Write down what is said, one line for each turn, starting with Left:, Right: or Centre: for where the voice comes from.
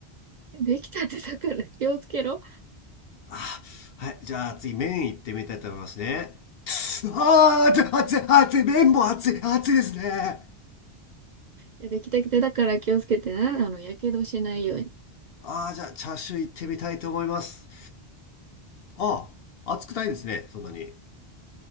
Right: できたてだから気をつけろ。
Left: あはいじゃあ次麺いってみたいと思いますねああ熱い熱い熱い麺も熱い熱いですね
Right: いや、できたてだから気をつけてな。あの、やけどしないように。
Left: ああじゃあチャーシューいってみたいと思いますああ熱くないですねそんなに